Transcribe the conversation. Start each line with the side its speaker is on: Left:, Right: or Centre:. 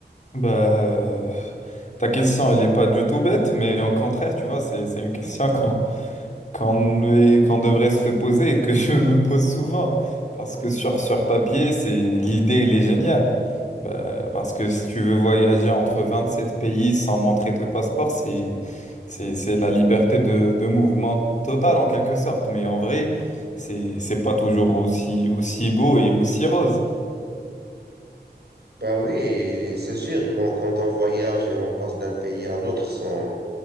Left: Bah, euh, ta question, elle n'est pas du tout bête, mais au contraire, tu vois, c'est, c'est une question <laughs> qu'on qu'on est- qu'on devrait se poser et que <laughs> je me pose souvent. Parce que sur, sur papier, c'est l'idée, elle est géniale. Bah, parce que si tu veux voyager entre 27 pays sans montrer ton passeport, c'est, c'est, c'est la liberté de, de mouvement totale en quelque sorte. Mais en vrai, c'est, c'est pas toujours aussi, aussi beau et aussi rose.
Right: Ben oui, c'est sûr quand quand on voyage et on passe d'un pays à l'autre sans